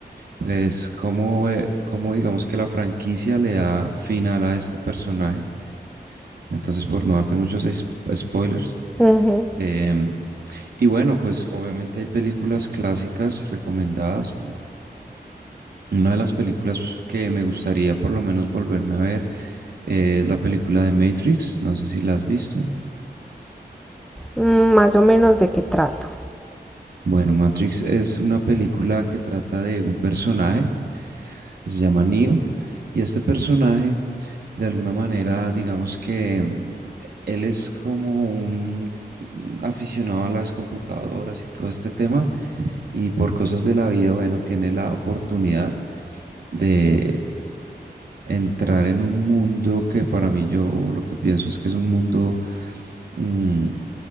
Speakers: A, on the right; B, in the centre.
A: pues cómo, eh, cómo digamos que la franquicia le da final a este personaje. Entonces por no darte muchos es- spoilers.
B: ujú.
A: em, y bueno, pues obviamente hay películas clásicas recomendadas una de las películas que me gustaría por lo menos volverme a ver eh, es la película de Matrix. No sé si la has visto.
B: Mm, Más o menos de qué trata.
A: Bueno, Matrix es una película que trata de un personaje que se llama Neo y este personaje, de alguna manera, digamos que mm, él es como un mm, aficionado a las computadoras y todo este tema y por cosas de la vida, bueno, tiene la oportunidad de entrar en un mundo que para mí yo lo que pienso es que es un mundo, mm,